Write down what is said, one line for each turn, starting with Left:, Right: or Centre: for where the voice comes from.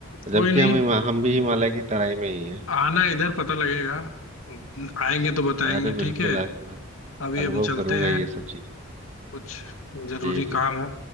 Left: कोई
Right: जबकि
Left: नहीं
Right: हम हिमा- हम भी हिमालय की तराई में ही हैं
Left: आना इधर पता लगेगा आएंगे तो बताएंगे
Right: अरे बिल्कुल
Left: ठीक है
Right: आके मैं
Left: अभी
Right: अनुभव
Left: हम चलते
Right: करूंगा
Left: हैं
Right: ये सब चीज
Left: कुछ जरूरी
Right: जी जी
Left: काम है